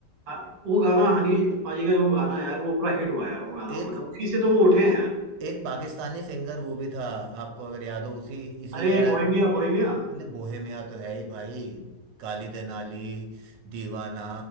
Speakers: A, on the right; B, on the right.
A: हाँ, वो गाना हनी पाजी का जो गाना है यार वो पूरा हिट हुआ है यार वो गाना
B: एक
A: मतलब उसी से तो वो उठे हैं यार
B: एक पाकिस्तानी सिंगर वो भी था आपको अगर याद हो उसी इसी
A: अरे
B: एरा
A: बोहेमिया बोहेमिया
B: ने बोहेमिया तो है ही भाई काली देनाली दीवाना